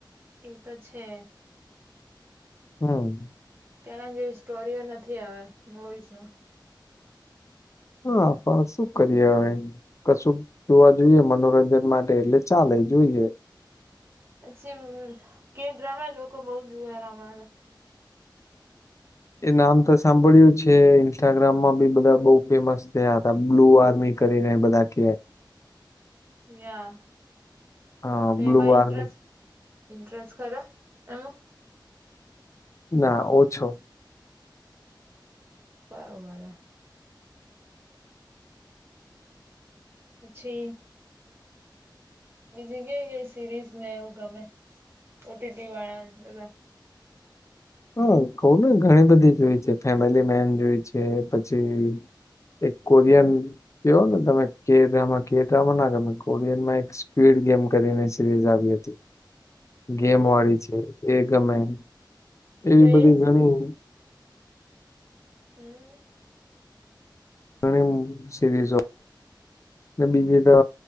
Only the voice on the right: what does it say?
એ ત છે.
ત્યારે જેવી સ્ટોરીઓ નથી આવે મુવીઝમાં.
<unintelligible> પછી કે ઘણા લોકો બહુ જોયે લમણા <unintelligible>
યા.
તેમાં
ઇન્ટરેસ્ટ ઇન્ટ્રસ ખરો એમ.
બરોબર. પછી બીજું કઈ કઈ સિરીઝને એવું ગમે ઓટીટીવાળા બધા.
<unintelligible>
હમ
તો
એજ
હમ.